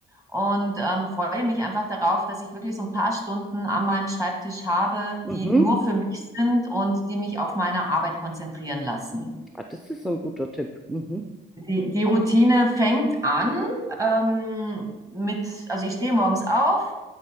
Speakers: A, on the right (about 15°); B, in the centre.
A: und ähm, freue mich einfach darauf, dass ich wirklich so ein paar Stunden an meinem Schreibtisch habe,
B: mhm.
A: die nur für mich sind und die mich auf meine Arbeit konzentrieren lassen.
B: Ah, das ist so ein guter Tipp. Mhm,
A: Die, die Routine fängt an ähm, mit, also ich stehe morgens auf,